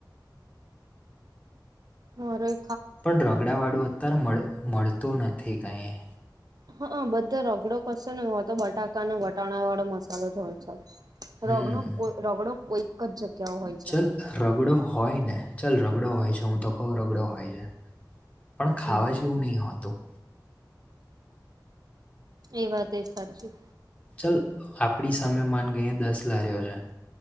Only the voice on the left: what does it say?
પણ રગડાવાળું અત્યારે મળ મળતું નથી કાંઈએ.
હમ
ચલ રગડો હોય ને ચાલ રગડો હોય છે, હું તો કહ રગડો હોય પણ ખાવા
જેવું નઈ હોતું.
ચાલ આપણી સામે માન ગઈએ દસ લાર્યો છે